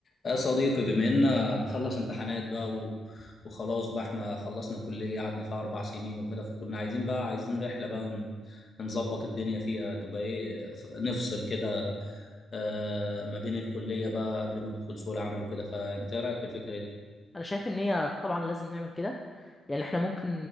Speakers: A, on the left; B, on the left.
A: يا صديقي بما إن هنخلص امتحانات بقى و... وخلاص بقى احنا خلصنا كلية قعدنا فيها أربع سنين وكده فكنا عايزين بقى عايزين رحلة بقى ن- نظبط الدنيا فيها تبقى إيه ف- نفصل كده آه ما بين الكلية بقى قبل ما ندخل سوق العمل وكده فأنت إيه رأيك في الفكرة دي؟
B: انا شايف ان هي طبعا لازم نعمل كده يعني احنا ممكن